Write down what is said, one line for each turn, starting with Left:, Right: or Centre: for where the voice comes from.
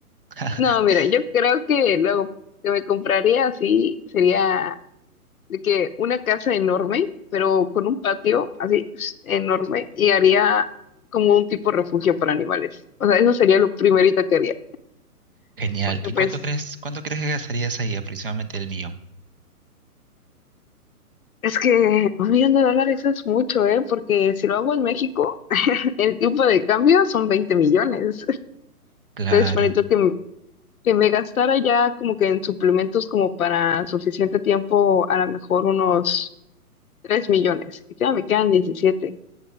Right: <laughs>
Left: No, mira, yo creo que lo que me compraría así sería de que una casa enorme, pero con un patio así <sniffs> enorme y haría como un tipo refugio para animales. O sea, eso sería lo primerito que haría,
Right: Genial.
Left: porque
Right: ¿Y
Left: pues
Right: cuánto crees, cuánto crees que gastarías ahí aproximadamente el mío?
Left: es que un millón de dólares es mucho, ¿eh? Porque si lo hago en México, <laughs> el tipo de cambio son 20 millones. <laughs>
Right: Claro.
Left: Entonces, bonito que que me gastara ya como que en suplementos como para suficiente tiempo, a lo mejor unos 3 millones. Y ya me quedan diecisiete